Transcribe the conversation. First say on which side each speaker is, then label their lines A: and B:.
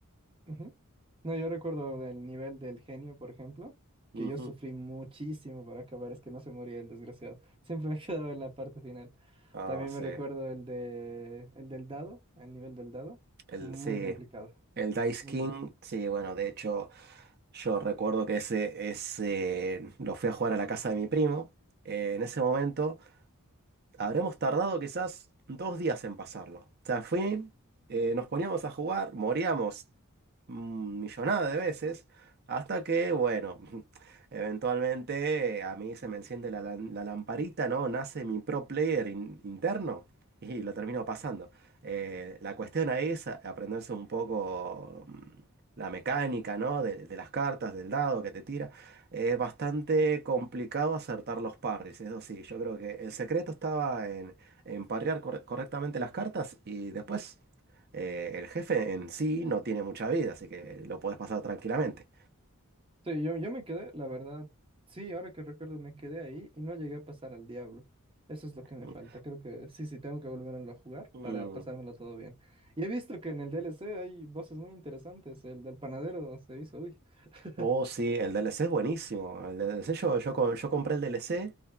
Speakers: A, on the right; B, on the right.
A: Ujú. No, yo recuerdo del nivel del genio, por ejemplo,
B: Ujú.
A: que yo sufrí muchísimo para acabar, es que no se moría el desgraciado. <laughs> Siempre me he quedado en la parte final.
B: Ah,
A: También
B: sí.
A: me recuerdo el de el del dado, el nivel del dado,
B: El,
A: muy
B: sí.
A: complicado.
B: El Dice
A: Muy
B: King.
A: bien.
B: Sí, bueno, de hecho. Yo recuerdo que ese, ese lo fui a jugar a la casa de mi primo. Eh, en ese momento habremos tardado quizás dos días en pasarlo. O sea, fue, eh, nos poníamos a jugar, moríamos mm, millonada de veces, hasta que, bueno, <laughs> eventualmente eh, a mí se me enciende la, lan- la lamparita, ¿no? Nace mi pro player in- interno y lo termino pasando. Eh, la cuestión ahí es a- aprenderse un poco mm, la mecánica, ¿no? De, de las cartas, del dado que te tira. Eh, bastante complicado acertar los parries, eso sí, yo creo que el secreto estaba en, en parrear cor- correctamente las cartas y después eh, el jefe en sí no tiene mucha vida, así que lo podés pasar tranquilamente.
A: Sí, yo, yo me quedé, la verdad, sí, ahora que recuerdo me quedé ahí y no llegué a pasar al diablo. Eso es lo que me
B: Mm,
A: falta. Creo que sí, sí, tengo que volverlo a jugar
B: mm,
A: para pasármelo todo bien. Y he visto que en el D L C hay voces muy interesantes. El del panadero se hizo, uy. <laughs>
B: Oh, sí, el D L C es buenísimo. El D L C yo, yo, co- yo compré el D L C